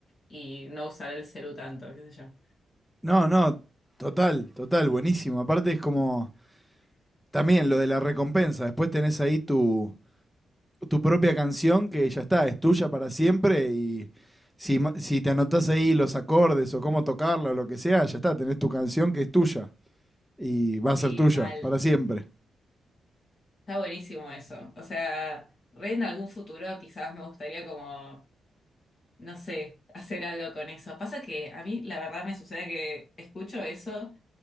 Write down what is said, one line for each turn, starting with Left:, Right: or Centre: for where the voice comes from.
Left: y no usar el celu tanto, qué sé yo.
Centre: No, no, total, total, buenísimo. Aparte es como también lo de la recompensa. Después tenés ahí tu, tu propia canción que ya está, es tuya para siempre y si, ma- si te anotás ahí los acordes o cómo tocarla o lo que sea, ya está, tenés tu canción que es tuya y va
Left: Sí,
Centre: a ser tuya
Left: mal.
Centre: para siempre.
Left: Está buenísimo eso. O sea, re en algún futuro quizás me gustaría como, no sé, hacer algo con eso. Pasa que a mí la verdad me sucede que escucho eso.